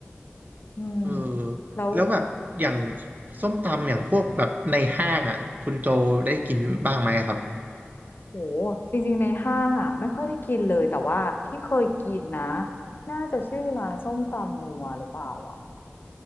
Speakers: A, on the left (about 50°); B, on the right (about 40°).
A: อืม
B: เออ
A: แล้ว
B: แล้วแบบอย่างส้มตำอย่างพวกแบบในห้างอ่ะคุณโจได้กินบ้างไหมครับ
A: โหจริงๆในห้างอ่ะไม่ค่อยได้กินเลยแต่ว่าที่เคยกินนะน่าจะชื่อร้านส้มตำนัวหรือเปล่าอ่ะ